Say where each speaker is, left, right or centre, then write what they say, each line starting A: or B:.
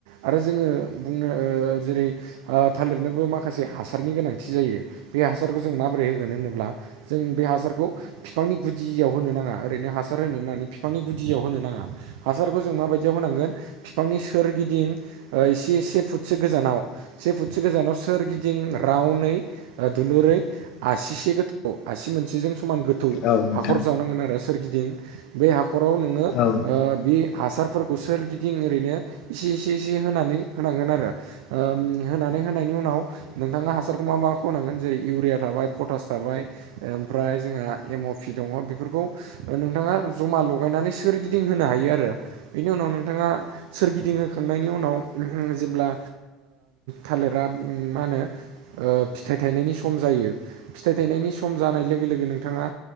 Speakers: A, on the right; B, on the left.
A: आरो जोङो बुंनो जेरै थालिरनोबो माखासे हासारनि गोनांथि जायो बे हासारखौ जों माबोरै होगोन होनोब्ला जों बे हासारखौ खौ बिफांनि गुदियाव होनो नाङा ओरैनो हासार होनो होननानै बिफांनि गुदियाव होनो नाङा हासारखौ जों मा बायदियाव होनांगोन बिफांनि सोरगिदिं एसे एसे फुटसो गोजानाव सेफुट मोनसे गोजानाव सोरगिदिं रावनै दुलुरै आसिसे गोथौ आसि मोनसेजों समान गोथौ
B: औ नोंथां औ नोंथां
A: हाखर जावनांगोन आरो सोरिदि दिं बै हाखराव नोङो
B: औ नोंथां औ
A: बे हासारफोरखौ सोरगिदिं ओरैनो इसे इसे इसे होनानै होनांगोन आरो होनानै होनायनि उनाव नोंथाङा हासारखौ मा मा खौ होनांगोन जेरै इउरिया थाबाय फथास थाबाय ओमफ्राय जोंहा एम अ पि दङ बेफोरखौ नोंथाङा जमा लगायनानै सोरगिदिं होनो हायो आरो। बेनि उनाव नोंथाङा सोरगिदिंहोखांनायनि उनाव जेब्ला थालिरा मा होनो फिथाइ थायनायनि सम जायो फिथाइ थाइनायनि सम जानाय लोगो लोगो नोंथाङा